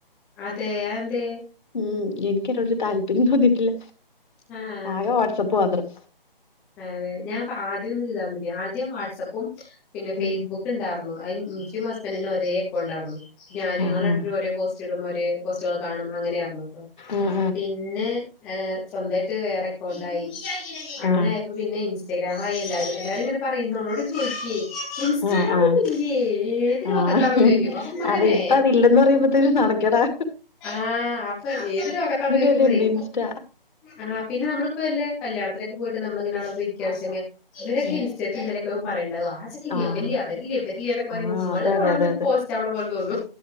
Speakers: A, in the centre; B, on the left.
A: അതേ അതെന്തേ
B: ഉം എനിക്കതിന്നോടൊരു താല്പര്യം തോന്നിയിട്ടില്ല
A: ആഹ്
B: ആകെ വാട്സആപ്പ് മാത്രം
A: അഹ് ഞാൻ ആദ്യം ഒന്ന് ചെയ്താൽ മതി ആദ്യം വാട്സആപ്പും പിന്നെ ഫേസ്ബുക്ക്
B: ഉം
A: ഉണ്ടായിരുന്നു അയി നിക്കും ഹസ്ബൻറിനും ഒരേ അക്കൗണ്ടായിരുന്നു ഞാനുംഞങ്ങരണ്ടിരും
B: ആഹ്
A: ഒരേ പോസ് ഒരുേ കൊസ്സുകൾ കാണും അങ്ങനെയ ആയിരുന്നു കേട്ടോ
B: ആഹ്
A: പിന്നെ സ്വന്തമായിട്ട് വേറെ അക്കൗണ്ടായി അങ്ങനെയപ്പോ
B: ആഹ്
A: പിന്നെ ഇൻസ്റ്റാഗ്രാ ആയി എല്ലരും എല്ലാവരും ഇങ്ങനെ പറയുന്നു നമ്മളോട് ചോദിക്കേ ഇൻസ്റ്റാഗ്രാം
B: ആഹ് ആഹ്
A: ഒന്നും ഇല്ലേ ഏത്
B: ആഹ്
A: ലോകത്താന്നൊക്കെ ചോദിക്കും അപ്പൊ നമ്മക്കന്നെ
B: അത് ഇപ്പം അതില്ലന്ന് പറയുമ്പത്തേ നടക്ക കടാ
A: ആഹ് അപ്പൊ ഏത് ലേകത്താന്ന് ചോദിക്കുമ്പോഴേയ്
B: വരെ ഉണ്ട് ഇൻസ്റ്റ
A: ആഹ് പിനെ നമ്മളിപ്പോ വല്ല കല്യാണനൊക്കെ പോയിട്ട് നമ്മളിങ്ങനെ അവിടെ പോയി ഇരിക്കുകാണ്ച്ചെകിൽ ഇവരൊക്കെ
B: ഉം
A: ഇസ്റ്റലൊക്കെ പറയണ്ടാവും ആ ചെക്കൻ
B: ആഹ്
A: വ വല് വരില്ലേ വെല എന്നൊക്കെ പറയ്പ
B: ആഹ്
A: നമ്മള്
B: അതെ അതെ
A: അവിടെന്നട്ട്
B: അതെ അതെ
A: പോസ്റ്റ് അവിടെ പോലെ തോന്നുന്നു